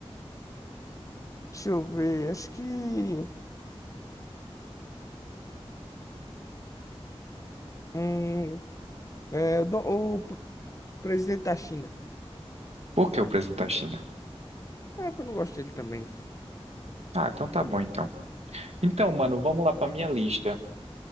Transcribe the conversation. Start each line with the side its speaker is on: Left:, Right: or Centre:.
Left: Deixa eu ver. Acho que. Hum, é, o, Dom- o Presidente da China.
Right: Por que o presunto da China?
Left: É porque eu não gosto dele também.
Right: Ah, então tá bom, então. Então, mano, vamos lá pra minha lista.